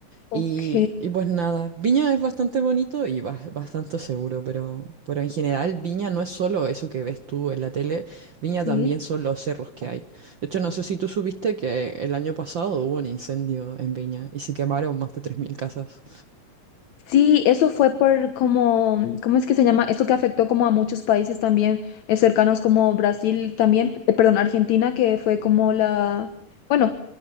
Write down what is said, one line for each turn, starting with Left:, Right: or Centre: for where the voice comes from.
Left: Ok,
Right: Y, y pues nada, Viña es bastante bonito y bas- bastante seguro, pero, pero en general Viña no es solo eso que ves tú en la tele, Viña
Left: sí.
Right: también son los cerros que hay. De hecho, no sé si tú supiste que el año pasado hubo un incendio en Viña y se quemaron más de 3.000 casas.
Left: Sí, eso fue por como, ¿cómo es que se llama? Eso que afectó como a muchos países también eh, cercanos como Brasil también, eh, perdón, Argentina, que fue como la, bueno,